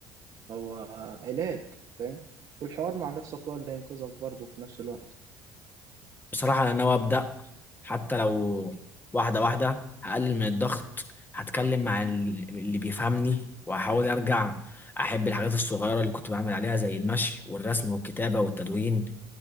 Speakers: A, on the right (about 50°); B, on the left (about 20°).
A: هو علاج فاهم والحوار مع نفسك هو اللي هينقذك برضه في نفس الوقت
B: بصراحة أنا ناوي أبدأ حتى لو واحدة واحدة هقلل من الضغط هتكلم مع ال- اللي بيفهمني وهحاول أرجع أحب الحاجات الصغيرة اللي كنت بعمل عليها زي المشي والرسم والكتابة والتدوين